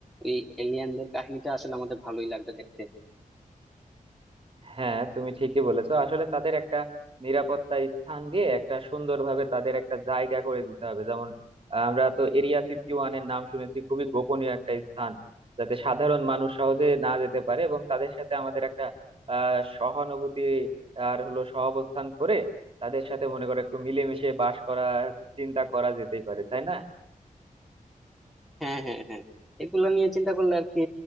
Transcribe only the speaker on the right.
হ্যাঁ তুমি ঠিকই বলেছো আসলে তাদের একটা নিরাপত্তা স্থান দিয়ে একটা সুন্দরভাবে তাদের একটা জায়গা করে দিতে হবে যেমন আহ, আমরা তো এরিয়া ফিফটি ওয়ান এর নাম শুনেছি খুবই গোপনীয় একটা স্থান যাতে সাধারণ মানুষ সহজে না যেতে পারে এবং তাদের সাথে আমাদের একটা আহ সহানুভূতি আর হলো সহাবস্থান করে তাদের সাথে মনে করো একটু মিলেমিশে বাস করা চিন্তা করা যেতেই পারে তাই না